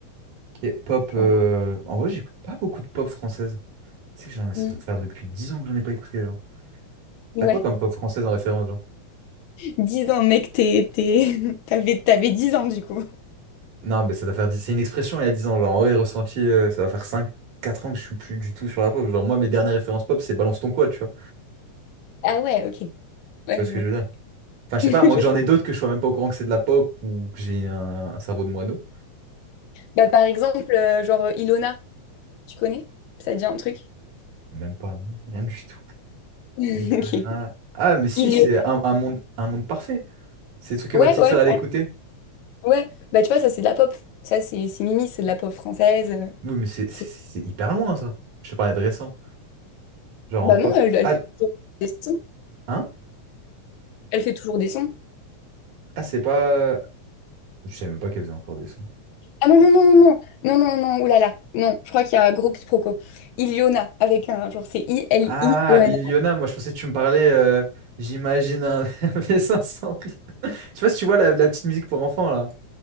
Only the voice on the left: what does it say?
Genre,
Mm.
ouais.
dix ans, mec, t'es, t'es... <laughs> T'avais, t'avais 10 ans, du coup.
Ah ouais, ok. Ouais,
je
vois.
<laughs>
Je
sais.
Bah, par exemple, euh, genre euh, Ilona, tu connais? Ça te dit un truc? <laughs>
Ok.
Il...
Ouais,
ouais,
ouais. Bah, tu vois, ça, c'est de la pop. Ça, c'est c'est Mimi, c'est de la pop française. euh,
C'est...
Bah,
non, elle, elle
fait toujours des sons.
Elle fait toujours des sons.
Ah non, non, non, non, non, non, non, non, oulala. Non, je crois qu'il y a un gros quiproquo. Iliona, avec un genre, c'est I-L-I-O-N.